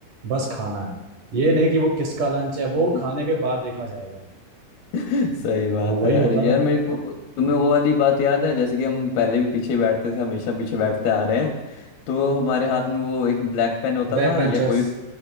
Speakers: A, on the right; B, on the left.
A: बस खाना है ये नहीं कि वो किसका लंच है वो
B: हम्म,
A: खाने के बाद देखा जाएगा
B: सही बात
A: तो वही
B: है यार
A: होता
B: यार
A: था
B: मेरे को तुम्हें वो वाली बात याद है जैसे कि हम पहले भी पीछे बैठते थे हमेशा पीछे बैठते आ रहे हैं तो हमारे हाथ में वो एक ब्लैक पेन होता
A: Back
B: था
A: benchers
B: या कोई